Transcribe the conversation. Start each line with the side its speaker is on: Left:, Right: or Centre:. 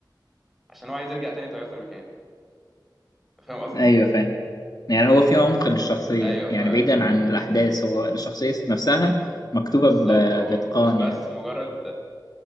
Centre: عشان هو عايز يرجع تاني طيار زي ما كان فاهم قصدي
Left: ايوه فاهم يعني هو في عمق للشخصية
Centre: ايوه ف
Left: يعني بعيدا عن الأحداث هو الشخصية نفسها مكتوبة
Centre: بالظبط
Left: ب-
Centre: هو
Left: بإتقان
Centre: مش بس
Left: يعني
Centre: مجرد